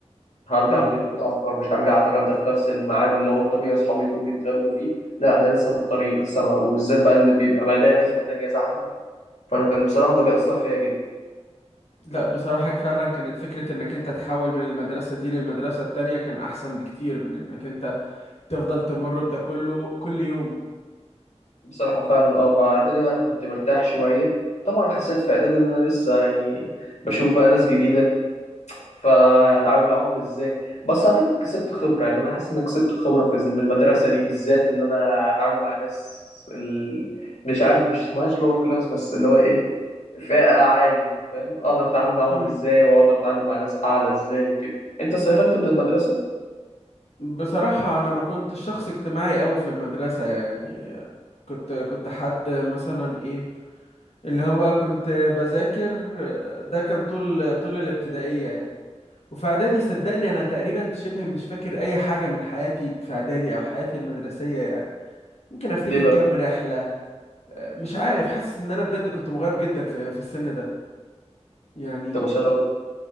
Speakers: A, on the left; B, on the left.
A: هرجع
B: هم
A: البيت متاخر مش هرجع اتغدى في نفس الميعاد اللي هو الطبيعي اصحابي يكونوا بيتغدوا فيه لا انا لسه في الطريق لسه ما... وبالذات بقى ان بيبقى مدارس فالدنيا زحمه فانا كان بصراحه ده بيأثر فيا جدا
B: لا بصراحة فعلا كانت فكرة إنك أنت تحول من المدرسة دي للمدرسة التانية كان أحسن بكتير من إنك أنت تفضل تمر بده كله كل يوم
A: بصراحة فعلا اه فإعدادي بقى أنا كنت مرتاح شوية طبعا حسيت في إعدادي إن أنا لسه يعني بشوف بقى ناس جديدة فهتعامل معاهم إزاي بس أعتقد كسبت خبرة يعني أنا حاسس إن أنا كسبت خبرة في الز- من المدرسة دي بالذات إن أنا هتعامل مع ناس ال... مش عارف مش اسمهاش لور كلاس بس اللي هو إيه فئة عادي فاهم أقدر أتعامل معاهم
B: مم.
A: إزاي وأقدر أتعامل مع ناس أعلى إزاي وكده أنت استفدت من المدرسة
B: بصراحة أنا ما كنتش شخص اجتماعي أوي في المدرسة يعني كنت كنت حد مثلا إيه اللي هو كنت بذاكر ده كان طول طول الابتدائية يعني وفي إعدادي صدقني أنا تقريبا شبه مش فاكر أي حاجة من حياتي في إعدادي أو حياتي المدرسية يعني ممكن أفتكر
A: ليه بقى؟
B: كام رحلة مش عارف حاسس إن أنا بجد كنت مغيب جدا في في السن ده يعني
A: طب وثانوي